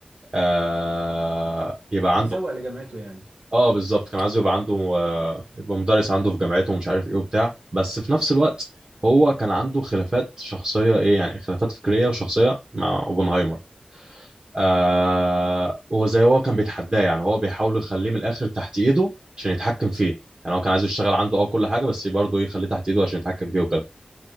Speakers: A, on the right; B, on the right.
A: آه يبقى
B: بيسوق
A: عنده
B: لجامعته يعني
A: اه بالظبط كان عايزه يبقى عنده آه يبقى مدرس عنده في جامعته ومش عارف ايه وبتاع بس في نفس الوقت هو كان عنده خلافات شخصية ايه يعني خلافات فكرية وشخصية مع اوبنهايمر آه وزي هو كان بيتحداه يعني هو بيحاول يخليه من الاخر تحت ايده عشان يتحكم فيه يعني هو كان عايزه يشتغل عنده اه كل حاجه بس برضه ايه يخليه تحت ايده عشان يتحكم فيه وكده